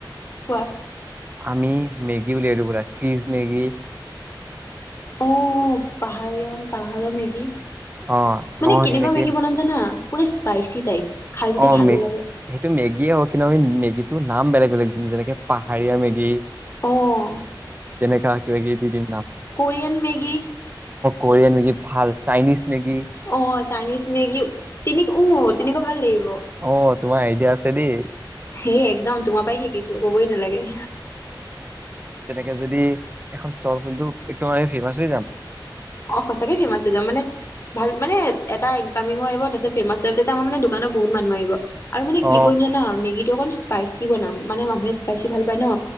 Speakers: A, on the left; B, on the right.
A: কোৱা
B: আমি মেগী উলিয়াই দিও বলা চিজ মেগী
A: অ পাহাৰীয়ান পাহাৰৰ মেগি
B: অ
A: মানে
B: অ
A: কেনেকুৱা
B: সেনেকে
A: মেগী বনাম জানা পুৰা স্পাইচি টাইপ খাই যেতিয়া
B: অ
A: ভাল
B: ম
A: লাগে
B: সেইটো মেগীয়ে হ কি নি মেগীটো ন নাম বেলেগ বেলেগ যেনেকে পাহাৰীয়া মেগী
A: অঁ
B: কেনেকা দিম ন
A: কোৰিয়ান মেগী
B: কৰিয়ান মেগি ভাল চাইনিজ মেগী
A: অ চাইনিজ মেগী উ তেনেকুৱা ভাল লাগিব
B: অঁ তোমাৰ আইডিয়া আছে দেই
A: হেই একদম তোমাৰ পাই শিকিলো ক'বই নালাগে
B: তাকে যদি এখন ষ্টল খুলিদিও এক ফেমাচ হৈ যাম
A: অঁ সঁচাকে ফেৰ্মাচ হৈ যাম মানে ভাল মানে এটা ইনকামিঙো আহিব তাৰছত ফেৰ্মাচ তেতিয়া আমাৰ মানে দোকানৰ বহুত মানুহ আহিব আৰু মানে
B: অ
A: কি কৰিম জানা মেগীটো অকণ স্পাইচি বনাম মানে মানুহে স্পাইচি ভাল পায় ন